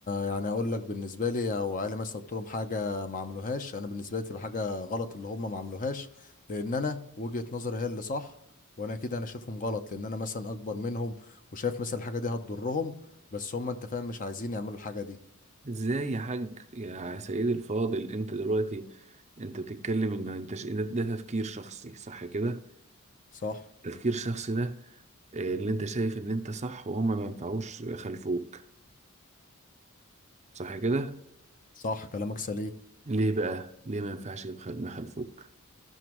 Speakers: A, on the left; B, on the right.
A: يعني اقول لك بالنسبه لي او علي مثلا قلت لهم حاجه ما عملوهاش انا بالنسبه لي تبقى حاجه غلط اللي هم ما عملوهاش لان انا وجهه نظري هي اللي صح وانا كده انا شايفهم غلط لان انا مثلا اكبر منهم وشايف مثلا الحاجه دي هتضرهم بس هم انت فاهم مش عايزين يعملوا الحاجه دي
B: ازاي يا حاج يا سيدي الفاضل انت دلوقتي انت بتتكلم ان انت ش... ده, ده تفكير شخصي صح كده
A: صح
B: تفكير شخصي ده آه، اللي انت شايف ان انت صح وهم ما ينفعوش خلفوك صح كده
A: صح كلامك سليم
B: ليه بقى؟ ليه ما ينفعش يخل- يخلفوك؟